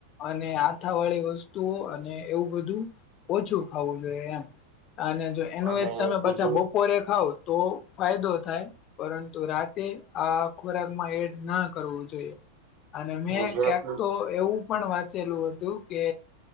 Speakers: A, on the left; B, on the right.
A: અને આથા વાળી વસ્તુઓ અને એવું બધું ઓછું. ખાવું જોઈએ એમ અને જો એનું
B: અને
A: એ તમે
B: બીજું
A: પછા બપોરે ખાવ. તો ફાયદો થાય. પરંતુ રાતે આ ખોરાકમાં એડ ના કરવું જોઈએ. અને મેં
B: ગુજરાતનું
A: ક્યાંક તો એવું પણ વાંચેલું હતું કે